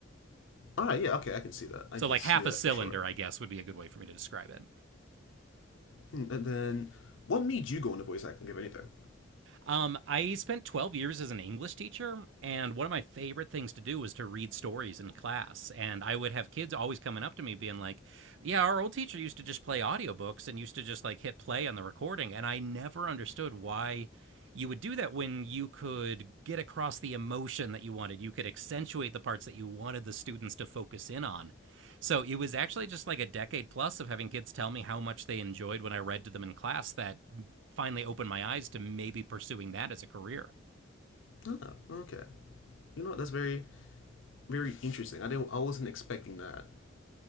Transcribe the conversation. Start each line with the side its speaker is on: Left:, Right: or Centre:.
Left: All right. Yeah. Okay. I can see that. I
Right: So,
Left: can
Right: like
Left: see
Right: half
Left: that
Right: a cylinder,
Left: for sure.
Right: I guess, would be a good way for me to describe it.
Left: Hmm, And then, what made you go into voice acting, if anything?
Right: Um, I spent 12 years as an English teacher, and one of my favorite things to do was to read stories in class. And I would have kids always coming up to me being like, Yeah, our old teacher used to just play audiobooks and used to just like hit play on the recording. And I never understood why you would do that when you could get across the emotion that you wanted. You could accentuate the parts that you wanted the students to focus in on. So it was actually just like a decade plus of having kids tell me how much they enjoyed when I read to them in class that finally opened my eyes to maybe pursuing that as a career.
Left: Ah. Okay. You know what? That's very, very interesting. I didn't. I wasn't expecting that.